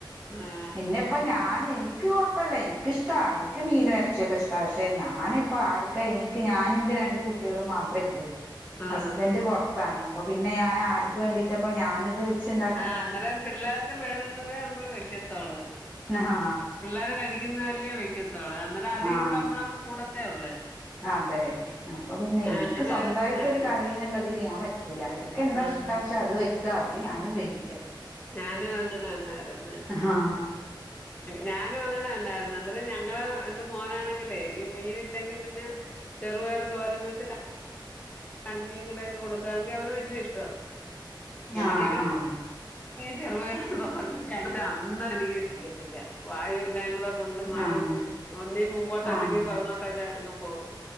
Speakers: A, on the left; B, on the right.
A: ആഹ്
B: പിന്നിപ്പ
A: ആഹ്
B: ഞാന് എനി നിക്ക് കുഴപ്പോല്ല എനിക്കിഷ്ട എനിക്ക് മീൻ ഇറച്ചിയൊക്കെ ഇഷ്ട പക്ഷെ ഞാനിപ്പ ആർക്ക എനി ക്ക്‌ ഞാന് എന്റെ രണ്ട് കുട്ടികളും മാത്രേ ഉള്ളൂ
A: ആഹ്
B: ഹസ്ബൻഡ് പുറത്താണ് അപ്പൊ പിന്നെ ഞാൻ ആർക്ക് വേണ്ടിട്ടപ്പ ഞാനിത് വെച്ചുണ്ട
A: ആഹ് അന്നേരം പിള്ളേർക്ക് വേണുന്നതേ നമ്മള് വെക്കത്തോളു
B: ആഹ്
A: പിള്ളേര് കഴി ക്കുന്ന അല്ലെ വെക്കത്തൊള്ളു അന്നേരം അതി
B: ആഹ്
A: കൂടെ നമ്മളങ് കൂടത്തേ ഉള്ളൂ
B: അതെ അപ്പൊ പിന്നെ എനിക്ക്
A: അങ്ങനായിരുന്നു
B: സ്വന്തായിട്ടൊരു
A: ഞാനും
B: കറിന്നുള്ളതിൽ ഞാൻ വെക്കൂല അവർക്കെന്താ
A: ആഹ്
B: ഇഷ് ട്ടന്ന് വെച്ച അത് വെക്ക അതില് ഞാനും കഴിക്കും
A: ഞാനും ആഹ് അങ്ങനെ തന്നായിരുന്നു
B: ആഹ്
A: ഞാനും അങ്ങനെ തന്നായിരുന്നു അന്നരം ഞങ്ങൾ എന്റെ മോനാണെങ്കിലേ ഈ മീന് ഇല്ലെങ്കി പിന്നെ ചെറുപയർ തോരൻ വെച്ചിട്ട് കഞ്ഞിയും കൂടെ ഒക്കെ കൊടുക്കാങ്കിൽ അവന് വല്യ ഇഷ്ടവാ എനിക്കാണെ
B: ആഹ് ആഹ്
A: ങ്കി ചെറുപയർ തോരനും കഴിച്ചാ അന്ന് എനിക്ക് ചെയ്യത്തില്ല വായു എല്ലാം കൂടെ കൊണ്ട് മറിഞ്ഞ്
B: ആഹ്
A: ഒന്നി മുമ്പോട്ട് അല്ലെങ്കി
B: ആഹ്
A: പിറമോ ട്ടൊക്കെ അങ് പോവും